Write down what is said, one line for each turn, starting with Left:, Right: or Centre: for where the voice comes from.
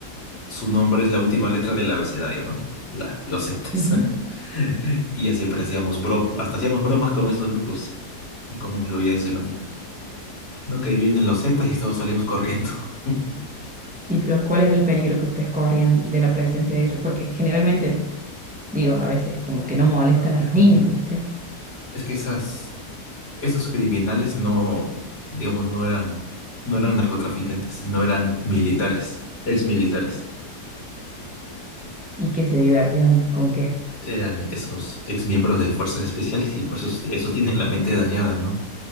Left: su nombre es la última letra del abecedario, ¿no? La, los septas.
Centre: Ujú.
Left: <laughs> Y ya siempre hacíamos bro, hasta hacíamos bromas con esos grupos. Y cómo influía eso, imagino. No, que ahí vienen los zetas y todos salíamos corriendo. <laughs>
Centre: Y pero ¿cuál era el peligro que ustedes corrían de la presencia de ellos? Porque generalmente, digo, a veces como que no molestan
Left: Ah,
Centre: a los
Left: ah.
Centre: niños, ¿viste?
Left: Es que esas, esos criminales no, digamos, no eran, no eran narcotraficantes, no eran militares, ex militares.
Centre: Y que se divertían con qué.
Left: eran esos ex miembros de fuerzas especiales y pues esos, esos tienen la mente dañada, ¿no?